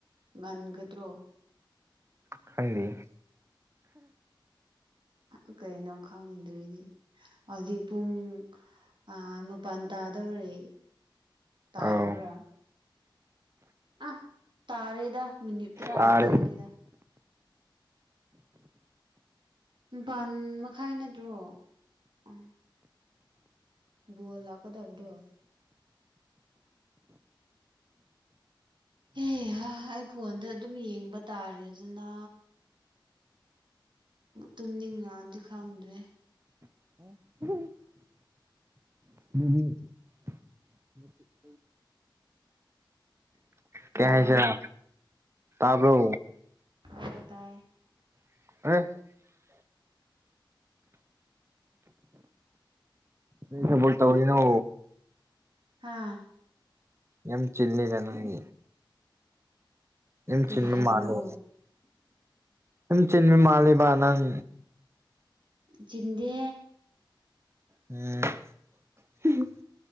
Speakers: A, on the right; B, on the right.
A: ꯉꯥꯟꯒꯗ꯭ꯔꯣ
B: ꯈꯜꯂꯤꯌꯦ
A: <inaudible> ꯀꯩꯅꯣ ꯈꯪꯗ꯭ꯔꯤꯗꯤ ꯍꯧꯖꯤꯛ ꯄꯨꯡ ꯑꯥ ꯃꯄꯜ ꯇꯥꯗꯧ ꯑꯣꯔꯦ
B: <inaudible>
A: ꯇꯥꯔꯕ꯭ꯔꯥ
B: ꯑꯧ
A: ꯑ ꯇꯥꯔꯦꯗ ꯃꯤꯅꯤꯠ ꯇꯔꯥꯒ
B: ꯇꯥꯔꯦ
A: ꯆꯠꯂꯦꯗ ꯕꯥꯟ ꯃꯈꯥꯏ ꯅꯠꯇ꯭ꯔꯣ ꯑ ꯕꯣꯜ ꯂꯥꯛꯀꯗꯕꯗꯣ ꯑꯦꯍꯥ ꯑꯩ ꯐꯣꯟꯗ ꯑꯗꯨꯝ ꯌꯦꯡꯕ ꯇꯥꯔꯦ ꯑꯗꯨꯅ ꯇꯨꯝꯅꯤꯡꯉꯗꯤ ꯈꯪꯗ꯭ꯔꯦ
B: <inaudible>
A: <inaudible>
B: ꯀꯩ
A: ꯂꯥꯛꯑꯣ
B: ꯍꯥꯏꯁꯦꯔ ꯇꯥꯕꯔꯣ
A: ꯌꯣ ꯇꯥꯏꯌꯦ
B: <unintelligible> ꯀꯔꯤ ꯊꯕꯛ ꯇꯧꯔꯤꯅꯣ
A: ꯍꯥꯥ
B: ꯌꯥꯝ ꯆꯤꯜꯂꯦꯗ ꯅꯪꯗꯤ ꯌꯥꯝ
A: ꯀꯔꯤ
B: ꯆꯤꯟꯕ
A: ꯍꯥꯏꯕ꯭ꯔꯣ
B: ꯃꯥꯂꯦ ꯌꯥꯝ ꯆꯤꯟꯕ ꯃꯥꯜꯂꯦꯕ ꯅꯪ
A: ꯆꯤꯟꯗꯦ
B: ꯎꯝ